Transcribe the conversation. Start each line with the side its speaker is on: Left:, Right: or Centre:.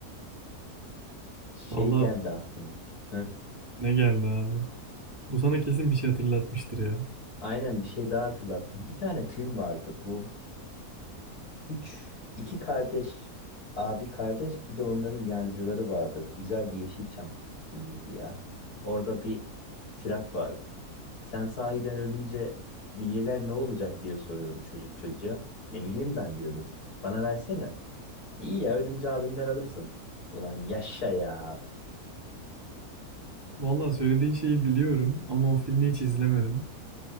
Left: Şey
Right: Valla
Left: geldi aklıma. Heh,
Right: ne geldi abi. Bu sana kesin bir şey hatırlatmıştır ya.
Left: aynen bir şey daha hatırlattım. Bir tane film vardı bu. Üç, iki kardeş. Abi kardeş bir de onların yancıları vardı. Güzel bir Yeşilçam filmiydi ya. Orada bir tirat vardı. Sen sahiden ölünce bilyeler ne olacak diye soruyordu çocuk çocuğa. Ne bileyim ben diyordu. Bana versene. İyi ya ölünce abimden alırsın. Ulan yaşa ya.
Right: Valla söylediğin şeyi biliyorum ama o filmi hiç izlemedim.